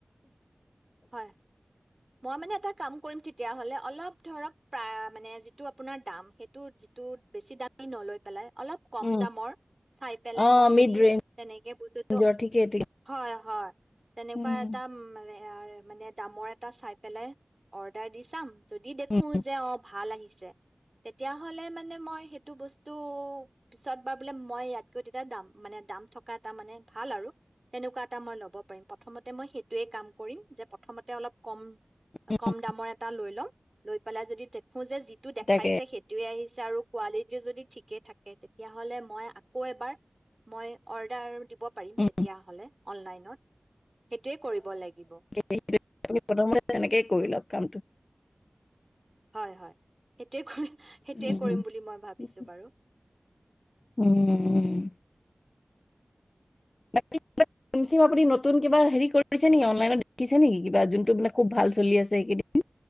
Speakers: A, on the right (about 40°); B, on the left (about 60°).
A: হয় মই মানে এটা কাম কৰিম তেতিয়া হলে অলপ ধৰক প্ৰায় মানে যিটো আপোনাৰ দাম সেইটো যিটো বেছি দাম নলৈ পেলাই অলপ কম
B: উম
A: দামৰ চাই পেলাই
B: অ
A: মই যদি
B: মিড
A: তেনেকে বুজ্তো
B: ৰেঞ্জৰ ঠিকেই ঠিকে
A: হয় হয় তেনে
B: উম,
A: প ত মে য়াৰ মানে দামৰ এটা চাই পেলাই অৰ্ডাৰ দি চাম যদি দেখো
B: উম,
A: যে অ ভাল আহিছে তেতিয়া হলে মানে মই সেইটো বস্তু পিছত বাৰ বোলে মই ইয়াতকৈ তেতিয়া মানে দাম থকা এটা মানে ভাল আৰু তেনেকুৱা এটা মই লব পাৰিম প্ৰথমতে মই সেইটোয়ে কাম কৰিম যে প্ৰথমতে অলপ কম
B: উম,
A: কম দামৰ এটা লৈ ল'ম লৈ পেলাই যদি সো যে যিটো দেখাইছে
B: তাকে
A: সেইটোয়ে আহিছে আৰু কালিটি যদি ঠিকে থাকে তেতিয়াহলে মই আকৌ এবাৰ মই অৰ্ডাৰ দিব পাৰিম
B: উম,
A: তেতিয় হ'লে অনলাইন ন সেইটোৱে কৰিব লাগিব
B: সেইটোৱেই আমি প্ৰথমতে তেনেকে কৰি লওক কাম
A: হয় হয় সেইটোয়ে কৰি সেইটোৱে
B: উম,
A: কৰিম বুলি মই ভাবিছো
B: উম,
A: বাৰু
B: উম। বাকী কিবা ক্ৰীম ছিম আপুনি নতুন কিবা হেৰি কৰিছে নেকি অনলাইন ত শিকিছে নেকি যি টো মানে খুব ভাল চলি আছে এইকেইদিন